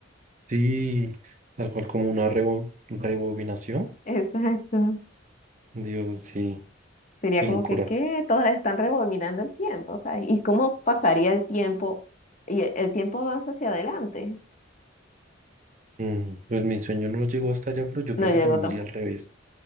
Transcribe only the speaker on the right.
Sí, tal cual como una rebo- rebobinación.
Dios, sí,
qué
locura.
Mm, pues mi sueño no llegó hasta allá, pero yo creo
que también
iría al revés.